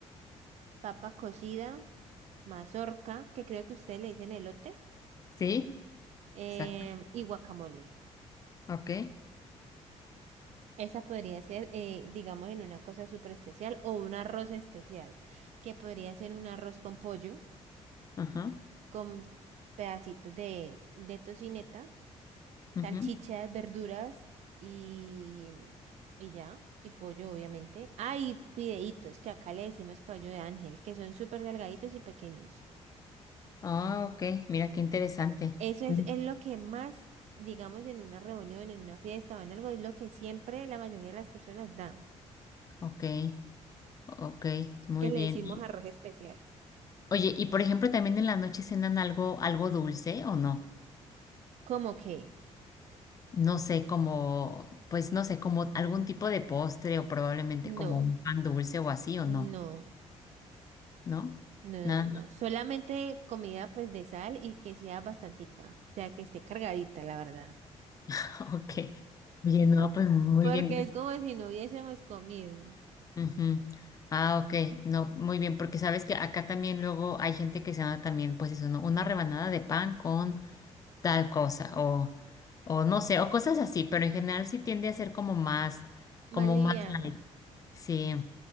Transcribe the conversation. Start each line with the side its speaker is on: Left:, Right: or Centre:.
Right: papa cocida, mazorca, que creo que ustedes le dicen elote,
Left: Sí,
Right: em,
Left: exacto.
Right: y guacamole.
Left: Ok.
Right: Esa podría ser, eh, digamos, en una cosa súper especial o un arroz especial, que podría ser un arroz con pollo,
Left: Ajá.
Right: con pedacitos de, de tocineta
Left: ujú.
Right: salchichas, verduras y, y ya, y pollo, obviamente. Ah, y fideitos, que acá le decimos caballo de ángel, que son súper delgaditos y pequeños.
Left: Ah, ok. Mira qué interesante.
Right: Eso es,
Left: Mm.
Right: es lo que más, digamos, en una reunión, en una fiesta o en algo, es lo que siempre la mayoría de las personas dan,
Left: Ok, ok, muy
Right: que le
Left: bien.
Right: decimos
Left: Y-
Right: arroz especial.
Left: oye, y por ejemplo, también en la noche cenan algo, algo dulce, ¿o no?
Right: ¿Cómo que?
Left: no sé, como, pues no sé, como algún tipo de postre o probablemente
Right: No,
Left: como un pan dulce o así o
Right: no.
Left: no,
Right: No,
Left: ¿no?
Right: no,
Left: Nada,
Right: no, no. solamente comida pues de sal y que sea bastantica, o sea que esté cargadita, la verdad.
Left: <laughs> ok. Oye, no, pues muy
Right: Porque
Left: bien.
Right: es como si no hubiésemos comido.
Left: Ujú. Ah, ok, no, muy bien, porque sabes que acá también luego hay gente que se da también, pues eso, ¿no? Una rebanada de pan con tal cosa o, o no sé, o cosas así, pero en general sí tiende a ser como más,
Right: Más
Left: como
Right: liviano.
Left: más light, sí,